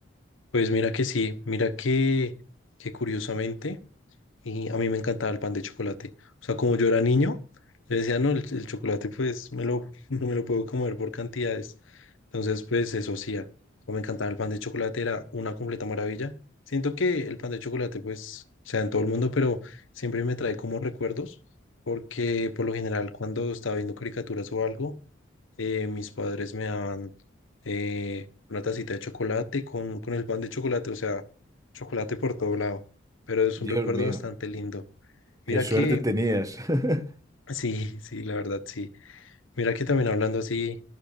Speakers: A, on the left; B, on the right.
A: Pues mira que sí, mira que, que curiosamente. y a mí me encantaba el pan de chocolate. O sea, como yo era niño, yo decía, no, el, el chocolate pues me lo, <laughs> no me lo puedo comer por cantidades. Entonces, pues eso hacía. O me encantaba el pan de chocolate, era una completa maravilla. Siento que el pan de chocolate pues sea en todo el mundo, pero siempre me trae como recuerdos, porque por lo general cuando estaba viendo caricaturas o algo, eh, mis padres me daban eh, una tacita de chocolate con, con el pan de chocolate, o sea, chocolate por todo lado. Pero es
B: Dios
A: un recuerdo
B: mío,
A: bastante lindo. Mira
B: qué suerte
A: que,
B: tenías. <laughs>
A: sí, sí, la verdad, sí. Mira que también hablando así